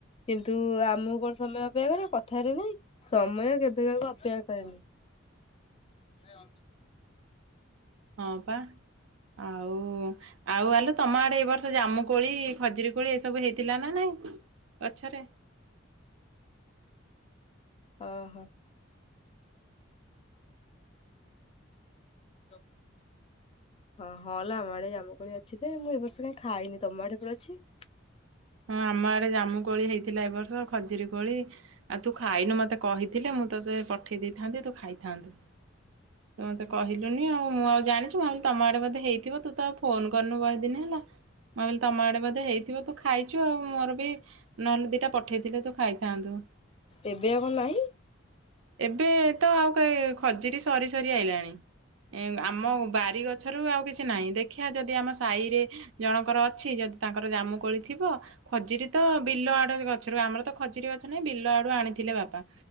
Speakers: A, on the left; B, on the right.
A: କିନ୍ତୁ ଆମକୁ କଣ ସମୟ ଅପେକ୍ଷା କରେ, କଥା ରେ ନାଇଁ ସମୟ କେବେ କାହାକୁ ଅପେକ୍ଷା କରେନି। <unintelligible>
B: ହଁ ପା ଆଉ ଆଉ ଆଲୋ ତମ ଆଡେ ଏଇ ବର୍ଷ ଜାମୁ କୋଳି ଖଜିର କୋଳି ଏସବୁ ହେଇଥିଲା ନା ନାଇଁ ଗଛରେ?
A: ଅ ହ। ହା ଲୋ। ହଁ ହଁ ଲ ଆମ ଆଡେ ଜାମୁ କୋଳି ଅଛି ତେ ମୁଁ ଏ ବର୍ଷ କାଇଁ ଖାଇନି, ତମ ଆଡେ ବି ଅଛି?
B: ହଁ ଆମ ଆଡେ ଜାମୁ କୋଳି ହେଇଥିଲା ଏ ବର୍ଷ ଖଜିରୀ କୋଳି ଆଉ ତୁ ଖାଇନୁ ମତେ କହିଥିଲେ ମୁଁ ତତେ ପଠେଇ ଦେଇଥାନ୍ତି ତୁ ଖାଇଥାନ୍ତୁ। ତୁ ମତେ କହିଲୁନି ଆଉ ମୁଁ ଆଉ ଜାଣିଛି ମୁଁ ଭାବିଲି ତମ ଆଡେ ବୋଧେ ହେଇଥିବ ତୁ ତ ଆଉ ଫୋନ କରିନୁ ବହେ ଦିନ ହେଲା। ମୁଁ ଭାବିଲି ତମ ଆଡେ ବଧେ ହେଇଥିବ ତୁ ଖାଇଛୁ ଆଉ ମୋର ବି ନହଲେ ଦିଟା ପଠେଇଥିଲେ ତୁ ଖାଇଥାନ୍ତୁ।
A: ଏବେ ଆଉ କଁ ନାହିଁ?
B: ଏବେ ତ ଆଉ କାଇଁ ଖଜିରୀ ସରି ସରି ଆଇଲାଣି। ଆମ ବାରି ଗଛରୁ ଆଉ କିଛି ନାଇଁ ଦେଖିଆ ଯଦି ଆମ ସାଇରେ ଜଣଙ୍କର ଅଛି ଯଦି ତାଙ୍କର ଜାମୁକୋଳି ଥିବ ଖଜିରୀ ତ ବିଲ ଆଡ ଗଛରୁ ଆମର ତ ଖଜିର ଗଛ ନାହିଁ ବିଲ ଆଡୁ ଆଣିଥିଲେ ବାପା।